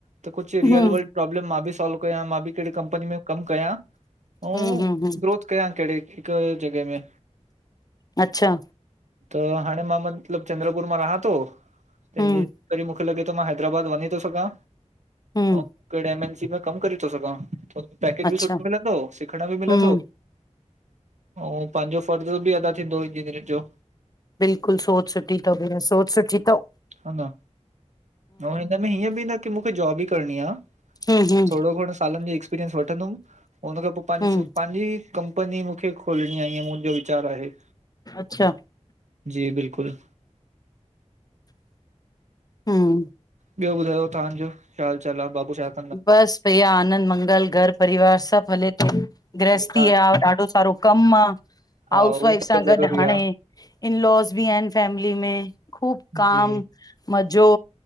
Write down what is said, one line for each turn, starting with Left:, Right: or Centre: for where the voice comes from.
Right: त कुझु
Left: हम्म
Right: रियल वर्ल्ड प्रोब्लम मां बि सोल्व कयां, मां बि कहिड़ी कंपनी में कमु कयां। अउं
Left: हम्म हम्म हम्म
Right: ग्रोथ कयां कहिड़ी हिकु जॻह में।
Left: अच्छा
Right: त हाणे मां मतिलब चंद्रपुर मां रहां थो त
Left: हम्म
Right: इंजीनियर <unintelligible> मुखां मुखे लॻे थो मां हैदराबाद वञी थो सघां
Left: हम्म
Right: ऐं कहिड़े एमएनसी कम करे थो सघां। हुते पैकेज
Left: अच्छा
Right: बि सुठो मिलंदो, सिखण ॿि मिलंदो।
Left: हम्म
Right: ऐं पंहिंजो फर्ज़ ॿि अदा थींदो इंजीनियरिंग जो।
Left: बिल्कुल सोच सुठी तव भेण सोच सुठी तव।
Right: हा न ऐं हिनमें हीअं बि न की मूंखे जॉब ई करणी आ।
Left: हम्म हम्म
Right: थोड़ो घणो सालनि जो एक्सपीरियंस वठंदुमि हुन खां पोइ पंहिंजी
Left: हम्म
Right: सु--पंहिंजी कं ंपनी मूंखे खोलणी आहे इअं मुंहिंजो विचार आहे।
Left: अच्छा
Right: जी बिल्कुल
Left: हमम
Right: ॿियो ॿुधायो, तव्हां जो छा हाल चाल आहे बाबू साहब
Left: बस भैया आनंद मंगल घर परिवार सब हले थो। ग्रहस्थी
Right: तव्हां
Left: आ, ॾाढो सारो कमु आ,
Right: हा
Left: हाउस
Right: उहो
Left: वाइफ
Right: त
Left: सां
Right: ज़रूरी
Left: गॾु हाणे इनलॉस ॿि आहिनि फैमिली में। ख़ूब
Right: आहे
Left: काम,
Right: जी
Left: मज़ो,